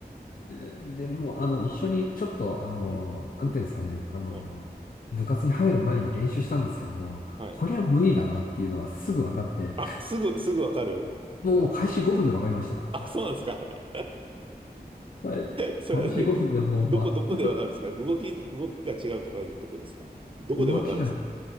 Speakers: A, on the left; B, on the right.
A: で、でもう、あの、一緒にちょっと、あの、
B: うん。
A: なんていうんですかね、
B: うん。
A: あの、
B: はい。
A: 部活に入る前に練習したんですけども、
B: はい。
A: こりゃ無理だなっていうのはすぐ分かって、
B: あ、すぐ、すぐわかる
A: もう開始5分で分かりました。
B: あ、そうなんですか。<laughs>
A: はい。
B: それは何
A: 開始5分でもう全く
B: どこ、どこでわかるんですか動き、動きが違うとかいうとこですかどこでわかるんですか
A: 動きが